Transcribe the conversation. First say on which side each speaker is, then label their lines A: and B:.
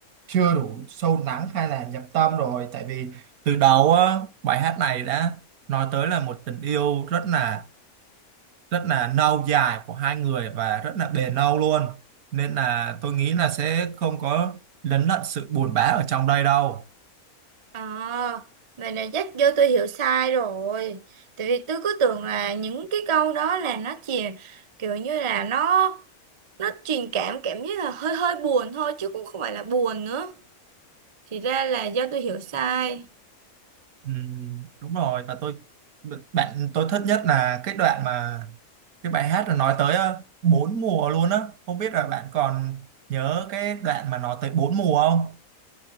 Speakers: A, on the right (about 80°); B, on the right (about 45°).
A: chưa đủ sâu lắng hay là nhập tâm rồi tại vì từ đầu á bài hát này đã nói tới là một tình yêu rất là rất là lâu dài của hai người và rất là bền lâu luôn nên là tôi nghĩ là sẽ không có lấn lận sự buồn bã ở trong đây đâu
B: À, vậy này chắc do tôi hiểu sai rồi. Tại vì tôi cứ tưởng là những cái câu đó là nó chỉ kiểu như là nó nó truyền cảm cảm giác là hơi hơi buồn thôi chứ cũng không phải là buồn nữa. Thì ra là do tôi hiểu sai.
A: Ừ, đúng rồi và tôi bạn tôi thích nhất là cái đoạn mà cái bài hát là nói tới ờ, bốn mùa luôn á không biết là bạn còn nhớ cái đoạn mà nói tới bốn mùa không